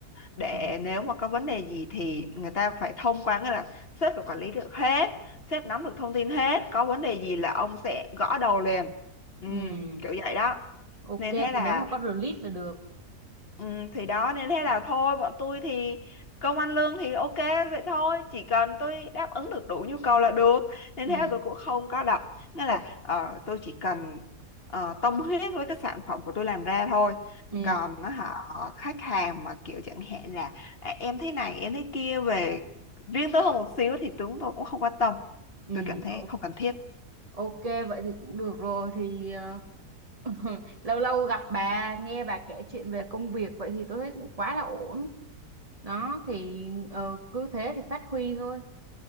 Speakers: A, on the left; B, on the right.
A: để
B: ừ
A: nếu mà có vấn đề gì thì người ta phải thông qua nghĩa là sếp phải quản lý được hết sếp nắm được thông tin hết có vấn đề gì là ông sẽ gõ đầu liền ừ,
B: ừ
A: kiểu vậy đó
B: ok
A: nên
B: thì
A: thế là
B: nếu mà có release là được
A: ừ, thì đó nên thế là thôi bọn tôi thì công ăn lương thì ok vậy thôi chỉ cần tôi đáp ứng được đủ nhu cầu là được nên
B: ừ
A: thế là tôi cũng không có đặt nghĩa là ờ, tôi chỉ cần ờ, tâm huyết với cái sản phẩm của tôi làm ra thôi
B: ừ
A: còn nó họ khách hàng mà kiểu chẳng hạn là à, em thấy này em thấy kia về riêng tôi hơn một xíu thì chúng tôi cũng không quan tâm
B: ừ
A: tôi cảm thấy
B: o-
A: không cần thiết
B: ok vậy thì cũng được rồi thì ờ, <laughs> lâu lâu gặp bà nghe bà kể chuyện về công việc vậy thì tôi thấy cũng quá là ổn đó thì ờ, cứ thế thì phát huy thôi